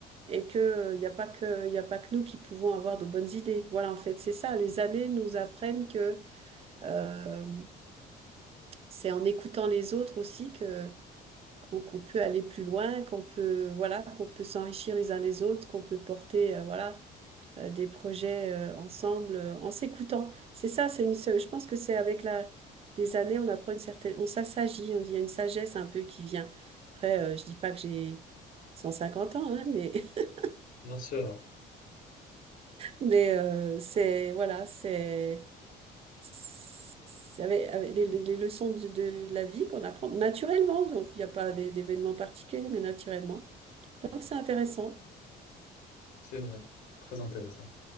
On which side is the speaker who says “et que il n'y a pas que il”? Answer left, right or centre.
Right